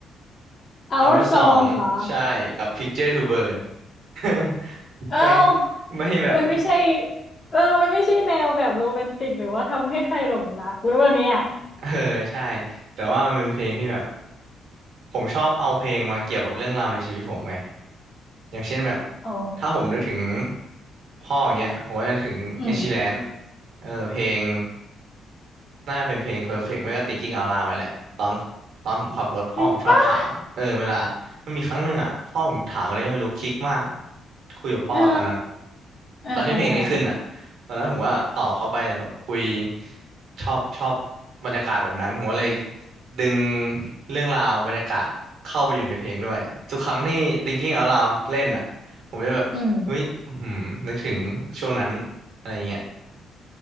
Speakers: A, on the left; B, on the right.
A: เอาซองเหรอ
B: Our Song ใช่กับ Picture to Burn <laughs>
A: เอ้า
B: ไม่ไม่แบบ
A: มันไม่ใช่เออมันไม่ใช่แนวแบบโรแมนติกหรือว่าทำให้ใครหลงรักหรือว่าเนี่ย
B: เออใช่แต่ว่ามันเป็นเพลงที่แบบผมชอบเอาเพลงมาเกี่ยวกับเรื่องราวในชีวิตผมไง อย่างเช่นแบบ
A: อ๋อ
B: ถ้าผมนึกถึงพ่ออย่างเงี้ยผมก็จะนึกถึงเอชิแลน
A: อืม
B: เออเพลงน่าเป็นเพลง Perfect ไม่ก็ Thinking Out Loud นั่นแหละตอนตอนผมขับรถพ่อผมชอบถามเออเวลามันมีครั้งหนึ่งอ่ะพ่อผมถามอะไรก็ไม่รู้คลิกมาก
A: จริงปะ
B: คุยกับพ่อตอนนั้น
A: เออเออเออเออ
B: ตอนที่เพลงนี้ขึ้นอ่ะตอนนั้นผมก็ตอบเขาไปแต่แบบคุยชอบชอบบรรยากาศแบบนั้นผมก็เลย ดึงเรื่องราวบรรยากาศเข้าไปอยู่ในเพลงด้วยทุกครั้งที่ Thinking Out Loud เล่นอ่ะผมจะแบบเฮ้ยอื้อหือนึกถึงช่วงนั้นอะไรเงี้ย
A: อืม